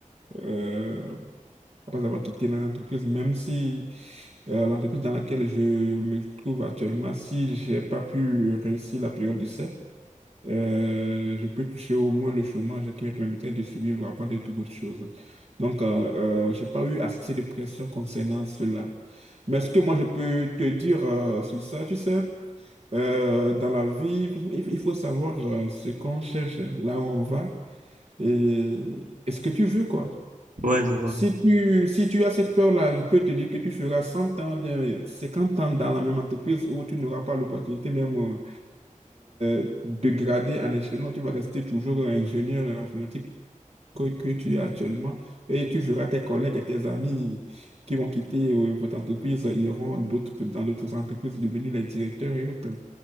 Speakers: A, on the right; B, on the right.
A: euh, après avoir quitté l'entreprise, même si euh, l'entreprise dans laquelle je me trouve actuellement, si j'ai pas pu réussir la période d'essai, euh, je peux toucher au moins le chômage qui me permettrait de survivre avant de toute autre chose. Donc, euh, euh, j'ai pas eu assez de pression concernant cela. Mais ce que moi, je peux te dire euh, sur ça, tu sais, euh, dans la vie, il faut il faut savoir euh, ce qu'on cherche, là où on va et, et ce que tu veux, quoi.
B: Ouais, je vois.
A: Si tu, si tu as cette peur-là, je peux te dire que tu feras 100 ans, bien 50 ans dans la même entreprise où tu n'auras pas l'opportunité même euh, euh, dégradé en échelon, tu vas rester toujours ingénieur informatique que, que tu es actuellement et tu verras tes collègues et tes amis qui vont quitter euh, votre entreprise, iront d'autres, dans d'autres entreprises devenir les directeurs et autres.